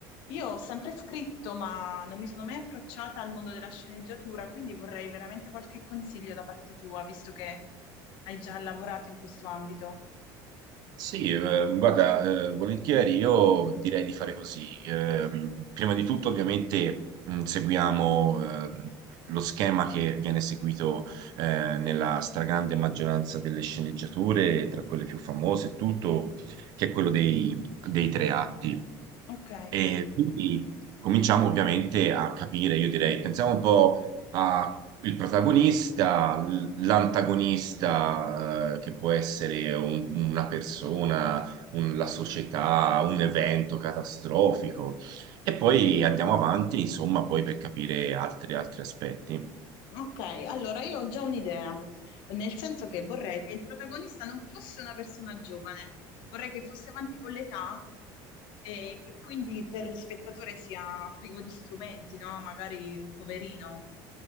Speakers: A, on the left; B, on the right.
A: Io ho sempre scritto, ma non mi sono mai approcciata al mondo della sceneggiatura, quindi vorrei veramente qualche consiglio da parte tua, visto che hai già lavorato in questo ambito.
B: Sì, eh, guarda, eh, volentieri io direi di fare così. Eh, prima di tutto, ovviamente, mh, seguiamo eh, lo schema che viene seguito eh, nella stragrande maggioranza delle sceneggiature, tra quelle più famose e tutto, che è quello dei, dei tre atti.
A: Ok,
B: E quindi cominciamo ovviamente a capire, io direi, pensiamo un po' al protagonista, l- l'antagonista, eh, che può essere un- una persona, un- la società, un evento catastrofico, e poi andiamo avanti, insomma, poi per capire altri altri aspetti.
A: ok, allora io ho già un'idea, nel senso che vorrei che il protagonista non fosse una persona giovane, vorrei che fosse avanti con l'età e che quindi per lo spettatore sia privo di strumenti, no? Magari un poverino.